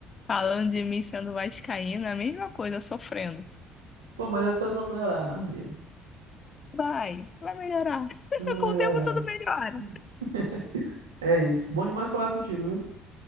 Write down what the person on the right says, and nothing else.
Pô, mas as coisas vão melhorar, Mariana.
Vão melhorar.
<laughs> É isso. Bom demais falar contigo,